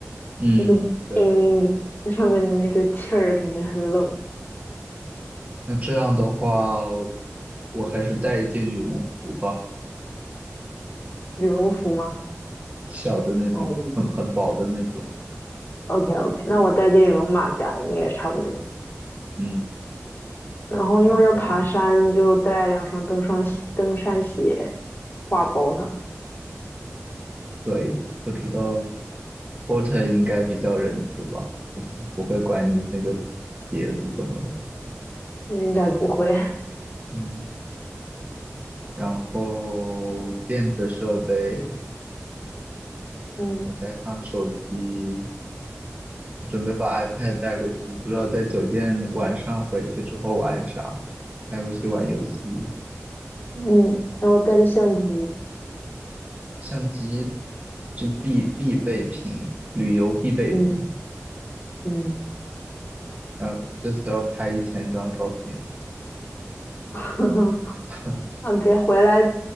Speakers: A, on the right (about 30°); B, on the left (about 45°).
A: 嗯，
B: 那个冰那上面的那个气儿肯定很冷。
A: 对。那这样的话，我还是带一件羽绒服吧，
B: 羽绒服吗？
A: 小的那种，
B: 哦
A: 很很薄的那种。
B: ，OK OK，那我带件羽绒马甲应该差不多。
A: 嗯，
B: 然后因为要爬山，
A: 然后
B: 就带两双登山鞋登山鞋。挂包上，
A: 可以，不知道 porter 应该比较仁慈吧。不会管你那个鞋子怎么的。
B: 应该不会。
A: 嗯，然后电子设备，
B: 嗯
A: 要带上手机，准备把 iPad 带过去，不知道在酒店晚上回去之后玩啥，带过去玩游戏。
B: 嗯，然后带着相机，
A: 相机是必必备品，旅游必备品。
B: 嗯嗯，
A: 呃，这次要拍一千张照片，
B: <laughs>
A: <laughs>
B: 啊，别回来